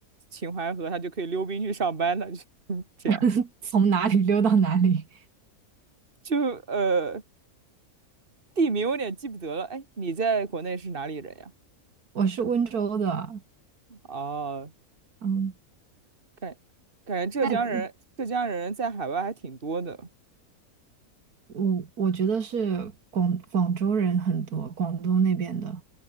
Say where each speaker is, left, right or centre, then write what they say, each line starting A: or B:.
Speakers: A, on the right; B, on the right.
A: 秦淮河，他就可以溜冰去上班了，就 <laughs> 这样。
B: <laughs> 从哪里溜到哪里？
A: 就呃，地名我有点记不得了。哎，你在国内是哪里人呀？
B: 我是温州的，
A: 哦、
B: 嗯，
A: 感感觉浙江人浙江人在海外还挺多的
B: 但我我觉得是广广州人很多，广东那边的